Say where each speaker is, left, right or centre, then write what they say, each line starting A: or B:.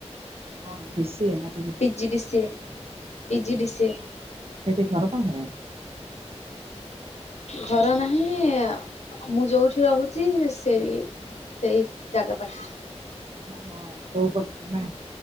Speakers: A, on the right (about 55°); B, on the left (about 70°).
A: କଣ ଡି ସି ଏ ନା?
B: P G DC A PG DC A.
A: ସେଇଠି ଘର ପାଖେରେ?
B: ଘର ନାହିଁ ମୁଁ ଯୋଉଠି ରହୁଛି ସେଇ ସେଇ ଜାଗା ପାଖେରେ।
A: ଓହୋ କୋଉ କର୍ ମାନେ